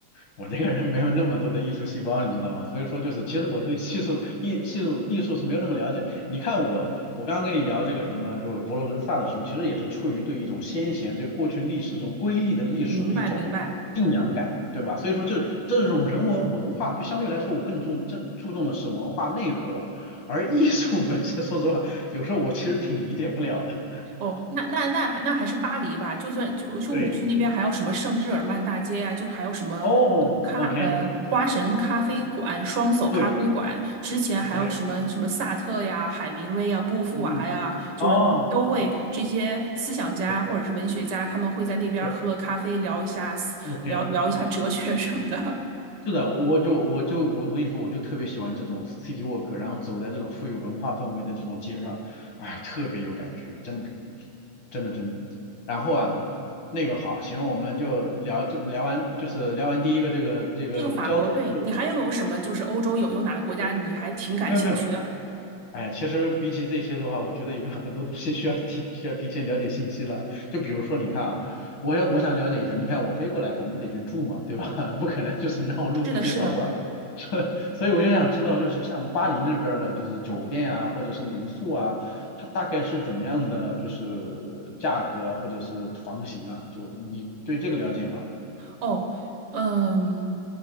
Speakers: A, on the left (about 65°); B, on the right (about 85°).
A: 我这个人没有那么多的艺术细胞，你知道吗？所以说就是，其实我对艺术艺系术艺术是没有那么了解。你看我，我刚刚跟你聊这个什么，就佛罗伦萨的时候，其实也是出于对一种先贤、对过去历史这种瑰丽的历史的一种敬仰感，
B: 明白明白。
A: 对吧？所以说这这种人文文化，就相对来说我更重这注重的是文化内核，而艺术本身，说实话，有时候我其实挺理解不了的。
B: 哦，那那那还那还是巴黎吧，就算就就五区那边还有什么圣日耳曼大街呀、
A: 对，
B: 就还有什么嗯咖呃花神咖啡馆、
A: 哦，OK，
B: 双叟咖啡馆，
A: 对
B: 之前还有什么什么萨特呀、
A: 对，
B: 海明威呀、波伏娃呀，
A: 嗯，嗯
B: 就是他们都会这些思想家或者是文学家，
A: 哦，不错，
B: 他们会在那边喝个咖啡，
A: 是
B: 聊一下思聊聊一下哲学什么的。
A: OK。是的，我我就我就我跟你说，我就特别喜欢这种 city walk，然后走在这种富有文化氛围的这种街上，哎，特别有感觉，真的，真的真的。然后啊，那个好，行，我们就聊这聊完，就是聊完第一个这个这个交通，
B: <laughs> 这个法国，对，
A: 不
B: 你还有有什么就是欧洲有有哪个国家你还挺感兴趣的？
A: 是没有没有，哎呀，其实比起这些的话，我觉得有很多东西需要提需要提前了解信息了。就比如说，你看啊，我要我想了解一下，你看我飞过来肯定得去住嘛，对吧？<laughs> 不可能就是让我露宿街头吧。
B: 是的，是的。
A: <laughs> 所以我就想知道，就是像巴黎那边儿的，就是酒店啊，或者是民宿啊，它大概是怎么样的，就是价格啊，或者是房型啊，就你对这个了解吗？
B: 哦，嗯，